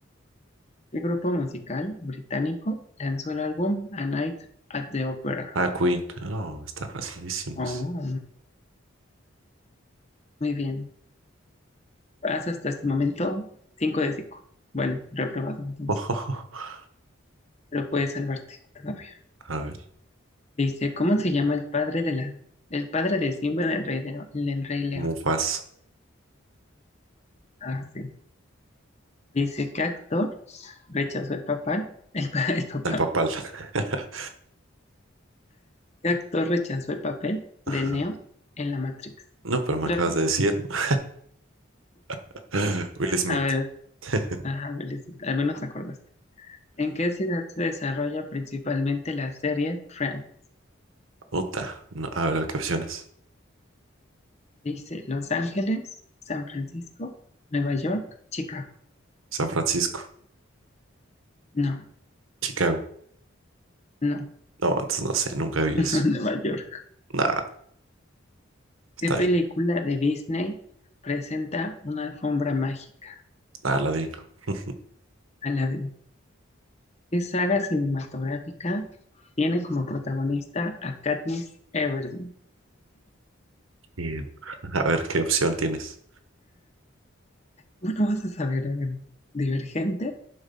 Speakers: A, on the left; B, on the right.
A: ¿Qué grupo musical británico lanzó el álbum A Night at the Opera?
B: Ah, Queen. No, está facilísimo
A: Oh,
B: ese.
A: muy bien. Vas hasta este momento 5 de cinco Bueno, reprobado entonces,
B: <laughs>
A: pero puedes salvarte todavía.
B: A ver.
A: Dice, ¿cómo se llama el padre de la, el padre de Simba del Rey, de- del Rey León?
B: Mufas,
A: Ah, sí. Dice, ¿qué actor rechazó el papel? El, el papá.
B: al papal. <laughs>
A: ¿Qué actor rechazó el papel
B: Ajá.
A: de Neo en la Matrix?
B: No, pero
A: Otra
B: me acabas
A: vez.
B: de decir, ¿no? <laughs> Will Smith.
A: A ver,
B: <laughs>
A: ajá, al menos acordaste. ¿En qué ciudad se desarrolla principalmente la serie Friends?
B: Utah. No, a ver, ¿qué opciones?
A: Dice, Los Ángeles, San Francisco, Nueva York, Chicago.
B: San Francisco.
A: No,
B: Chicago.
A: no,
B: No, entonces no sé, nunca vi
A: <laughs>
B: eso.
A: Nueva York.
B: Nada, está
A: ¿Qué película
B: bien.
A: de Disney presenta una alfombra mágica?
B: Aladino. <laughs>
A: Aladdin. ¿Qué saga cinematográfica tiene como protagonista a Katniss Everdeen?
B: Bien. A ver, ¿qué opción tienes?
A: Bueno, vas a saber, a ver, Divergente,